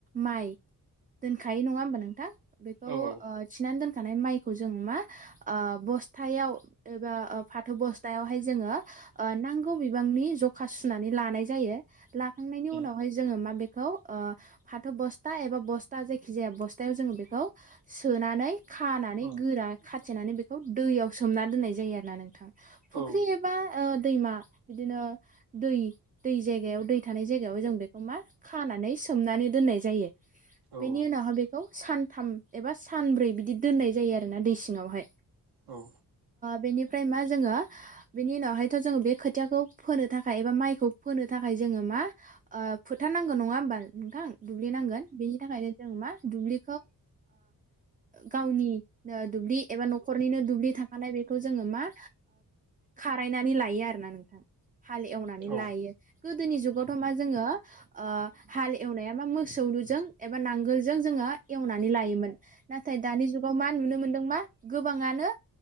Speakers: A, on the right (about 25°); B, on the right (about 80°).
A: माइ दोनखाय नङा होमबा नोंथां। बेखौ
B: औ
A: थिनानै दोन माइखौ जों मा बस सपथायाव एबा फाथौ बस्थायावहाय जोङो नांगौ बिबांनि जखा सुनानै लानाय जायो। थांनायनि उनाव
B: औ
A: हाय जों मा बे खौ फाथो बस्था एबा बस्था जायखि जाया बस्थायाव जोङो बेखौ सोनानै खानानै
B: औ उम
A: गोरा खाथ थिनानै बेखौ दैयाव। सोमना दोननाय जायो आरोना नोंथां फुख्रि
B: औ
A: एबा दैमा बिदिनो दै दै जायगायाव दै थानाय जायगायाव जों बेखौ मा खानानै सोमनानै दोननाय जायो।
B: औ
A: बेनि उनावहा बेखौ सान थाम एबा सानब्रै बिदि दोननाय जायो आरोना दै सिङावहाय
B: औ
A: बेनिफ्राय मा जोङो बेनि उनावहायथ' जोङो बे खोथियाखौ फोनो थाखाय एबा माइखौ फोनो थाखाय जोङो मा फोथार नांगौ नङा होमबा नोंथां दुब्लि नांगोन बेनि थाखायनो जों मा दुब्लि गावनि दुब्लि एबा न'खरनिनो दुब्लि हानाय बेखौ जोङो मा खारायनानै लायो आरो ना नोंथां हालेवनानै
B: औ
A: लायो गोदोनि जुगावथ' मा जोङो हाल एवनाया मा मोसौजों एबा नांगोलजों जोङो एवनानै लायोमोन। नाथाय दानि जुगाव मा नुनो मोन मा गोबाङानो